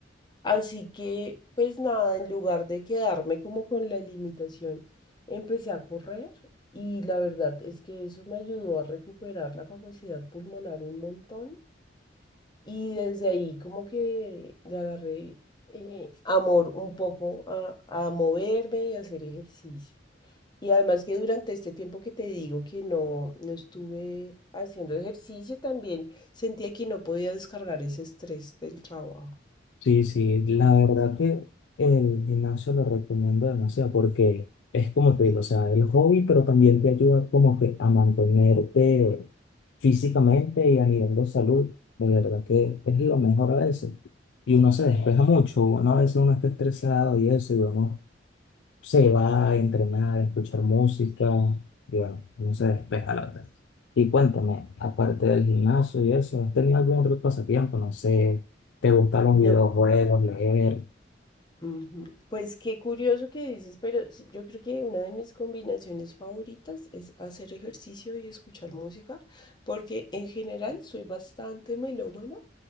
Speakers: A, on the left; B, on the left.
A: Así que pues nada, en lugar de quedarme como con la limitación, empecé a correr y la verdad es que eso me ayudó a recuperar la capacidad pulmonar un montón. Y desde ahí como que le agarré eh, amor un poco a, a moverme y a hacer ejercicio. Y además que durante este tiempo que te digo que no, no estuve haciendo ejercicio, también sentía que no podía descargar ese estrés del trabajo.
B: Sí, sí, la verdad que el gimnasio lo recomiendo demasiado porque es como te digo, o sea, el hobby, pero también te ayuda como que a mantenerte físicamente y a nivel de salud. De verdad que es lo mejor a veces. Y uno se despeja mucho, uno a veces uno está estresado y eso, y uno se va a entrenar, a escuchar música y bueno, no se despeja la verdad. Y cuéntame, aparte del gimnasio y eso, ¿has tenido algún otro pasatiempo? No sé, ¿te gustan los
A: No.
B: videojuegos, leer?
A: ujú. Pues qué curioso que dices, pero sí, yo creo que una de mis combinaciones favoritas es hacer ejercicio y escuchar música, porque en general soy bastante melómana